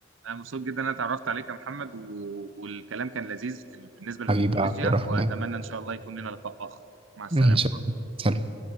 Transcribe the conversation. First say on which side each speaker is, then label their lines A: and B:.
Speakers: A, on the right; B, on the right.
A: انا مبسوط جدا ان انا اتعرفت عليك يا محمد و... والكلام كان لذيذ في... بالنسبه للتكنولوجيا
B: حبيبي يا عبد الرحمن
A: واتمنى ان شاء الله يكون لنا لقاء اخر مع السلامه
B: ان شاء الله سلام